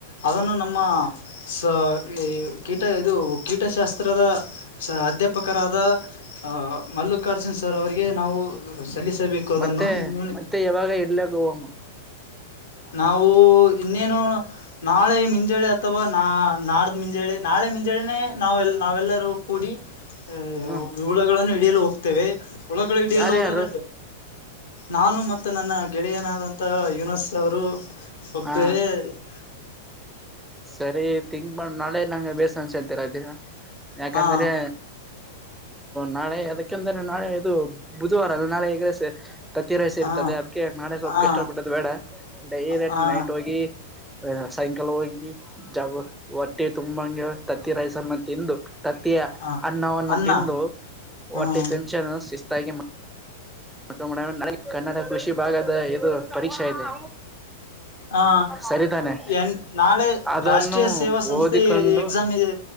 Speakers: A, on the left; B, in the centre.
A: ಅದನ್ನು ನಮ್ಮ ಸ ಈ ಕೀಟ ಇದು ಕೀಟಶಾಸ್ತ್ರದ. ಸ ಅಧ್ಯಾಪಕರಾದ ಅ ಮಲ್ಲಿಕಾರ್ಜುನ್ ಸರ್ ಅವರಿಗೆ ನಾವು ಸಲ್ಲಿಸಬೇಕು. ಅದನ್ನು
B: ಮತ್ತೆ ಮತ್ತೆ ಯಾವಾಗ ಇಡ್ಲ ಹೋಗಂ.
A: ನಾವು ಇನ್ನೇನು. ನಾಳೆ ಮುಂಜಾಳೆ ಅಥವಾ ನಾ ನಾಡ್ದ ಮುಂಜಾಳಿ ನಾಳೆ ಮುಂಜಳಿನೇ ನಾವ್ ನಾವೆಲ್ಲರೂ. ಕೂಡಿ ಆಹ
B: ಹ್ಮ್
A: ಹುಳಗಳನ್ನು ಹಿಡಿಯಲು ಹೋಗತ್ತೇವೆ ಹುಳುಗಳನ ಹಿಡಿಯಲೂ
B: ಯಾರ
A: ಹೋದಾಗ
B: ಯಾರು
A: ನಾನು ಮತ್ತೆ ನನ್ನ ಗೆಳೆಯನಾದಂತಹ ಯುನಸ್ ಅವರು ಹೋಗ್ತಾ
B: ಹಾ
A: <unintelligible>
B: ಸರಿ ಥಿಂಕ್ ಮಾಡ ನಾಳೆ ನಂಗೆ ಬೇಸ <unintelligible> ದಿನ ಯಾಕಂದ್ರೆ
A: ಹಾ
B: ನಾಳೆ ಅದಕ್ಕೆಂದ್ರೆ ನಾಳೆ ಇದು ಬುಧವಾರ ಅಲ್ಲ ನಾಳೆ ಎಗ್ ರೈಸ್ ತತ್ತಿರೈಸ ಇರ್ತದೆ
A: ಹಾ
B: ಅದಕ್ಕೆ ನಾಳೆ ಸ್ವಲ್ಪ
A: ಹಾ
B: ಕಷ್ಟಪಟ್ಟದು ಬೇಡ ಡೈರೆಕ್ಟ್
A: ಹಾ
B: ನೈಟ್ ಹೋಗಿ. ಸಾಯಂಕಾಲ ಹೋಗಿ ಜಬ ಹೊಟ್ಟೆ ತುಂಬಾ ತತ್ತಿ ರೈಸನ್ನೂ ತಿಂದು ತ
A: ಹಾ
B: ಅನ್ನವನ್ನು
A: ಅನ್ನ
B: ತಿಂದು
A: ಹ್ಮ
B: ಹೊಟ್ಟೆ ತುಂಬಿಸ್ಕ ಶಿಸ್ತಾಗಿ <unintelligible> <inaudible> ಕನ್ನಡ ಕೃಷಿ ಭಾಗದ ಇದು ಪರೀಕ್ಷೆ ಇದೆ
A: ಹಾ
B: ಸರಿತಾನೆ
A: ಎನ್ ನಾಳೆ
B: ಅದನ್ನು
A: ರಾಷ್ಟ್ರೀಯ ಸೇವಾ ಸಂಸ್ಥೆ
B: ಓದಿಕೊಂಡು
A: ಎಕ್ಸಾಮ್ ಇದೆ.